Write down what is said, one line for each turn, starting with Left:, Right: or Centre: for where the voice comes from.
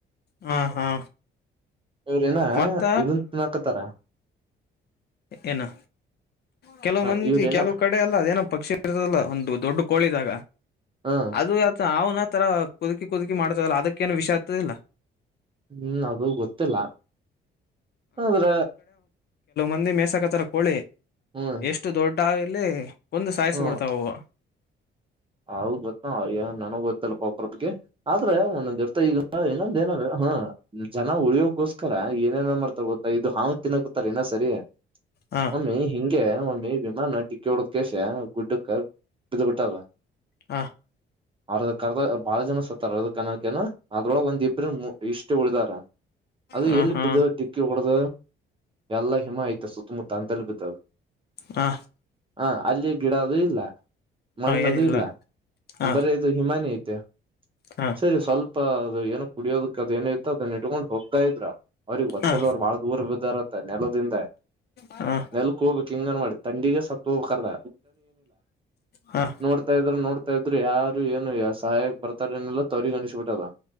Left: ಹಾ ಹಾ
Right: ಇವ್ರೇನಾ
Left: ಮತ್ತ
Right: ಇದನ್ ತಿನಾಕತ್ತಾರ
Left: ಏನು ಕೆಲವು
Right: ಹ
Left: ಮಂದಿ
Right: ಇವ್ರೇನ
Left: ಕೆಲವು ಕಡೆ ಎಲ್ಲ ಅದೇನೋ ಪಕ್ಷಿ ಇರ್ತದಲ್ಲ ಒಂದು ದೊಡ್ಡ ಕೋಳಿದಾಗ
Right: ಹ
Left: ಅದು ಯತ ಹಾವನ ಈ ತರ ಕುದುಕಿ ಕುದುಕಿ ಮಾಡ್ತದಲ್ಲ ಅದಕ್ಕೇಏನು ವಿಷ ಹತ್ತದಿಲ್ಲ
Right: ಹ್ಮ್ ಅದು ಗೊತ್ತಿಲ್ಲ ಆದ್ರ
Left: ಒಂದೆ ಮೇಸಕತಾರ ಕೋಳಿ
Right: ಹ್ಮ್
Left: ಎಷ್ಟು ದೊಡ್ ಟಾವಲೆ ಒಂದು ಸಾಯಿಸಬಿಡ್ತಾವವು
Right: ಹ್ಮ್ ಅವ ಗೊತ್ತ ನನಗ ಗೊತ್ತಲ್ಲ ಪಾಕ್ರದಗೆ ಆದ್ರೆ ಒಂದೊಂದ್ ಇರ್ತ ಈಗ ಇನ್ನೊಂದ ಏನಲ್ಲ ಹ ಜನ ಉಳ್ಯೋಗೋಸ್ಕರ ಏನೇನ ಮಾಡ್ತಾ ಗೊತ್ತಾ ಇದು ಹಾವ ತಿನ್ನಕತಾರ ಇನ್ನ ಸರಿ
Left: ಹ
Right: ಒಮ್ಮಿ ಹಿಂ ಗೆ ಒಮ್ಮಿ ವಿಮಾನ ಡಿಕ್ಕಿ ಹೊಡುದ ಕ್ಯಾಸ ಗುಡ್ಡಕ್ಕ ಬಿದ್ ಬಿಟ್ಟದ
Left: ಹಾ
Right: ಅವ್ರದ ಕರ್ದ ಬಹಳ ಜನ ಸತ್ತಾರ ಅರ್ದಕನ್ನಾಕೇನ ಅದ್ರೊಳಗೆ ಒಂದ್ ಇಬ್ಬ್ರ ಇಷ್ಟ ಉಳಿದಾರ ಅದು
Left: ಹ
Right: ಎಲ್ಲಿ
Left: ಹಾ
Right: ಬಿದ್ದು ಡಿಕ್ಕಿ ಹೊಡ್ದ ಎಲ್ಲ ಹಿಮ ಆಯ್ತು ಸುತ್ತಮುತ್ತ ಅಂತಲ್ಲಿ ಬಿದ್ದದ
Left: ಹಾ
Right: ಹ ಅಲ್ಲಿ ಗಿಡದು ಇಲ್ಲ ಮಣ್ಣು
Left: ಏನಿಲ್ಲ
Right: ದು ಇಲ್ಲ
Left: ಹ
Right: ಬರೀ ಇದು ಹಿಮಾನಿ ತ್ಯ
Left: ಹ
Right: ಸರಿ ಸ್ವಲ್ಪ ಅ ಅದು ಕುಡಿಯೋದಕ್ಕದ ಏನ ಇತ್ತು ಅದನ್ನ ಇಟ್ಕೊಂಡ ಹೋಗತಾ ಇದ್ರಾ ಅವ್ರಿಗೆ ಒತ್ತಲ್ಲಿ
Left: ಹ
Right: ಅವರು ಬಹಳ ದೂರ ಬ ಇರತ್ತ ನೆಲದಿಂದ
Left: ಹ ಹ
Right: ನೆಲಕ್ ಹೋಗ್ಬೇಕ ಕಿಂಗನ್ ಮಾಡಿ ತಂಡಿಿಗೆ ಸಪ್ಪ ಹ ಕರ್ದ
Left: ಹಾ
Right: ನೋಡ್ತಾ ಇದ್ರ ನೋಡ್ತಾ ಇದ್ರ ಯಾರು ಏನು ಯಾವ ಸಹಾಯಕ ಬರ್ತಾರ ಏನಲ್ಲ ತವರಿಗ ಅಣಿಸ್ಬ ಬಿಟ್ಟದ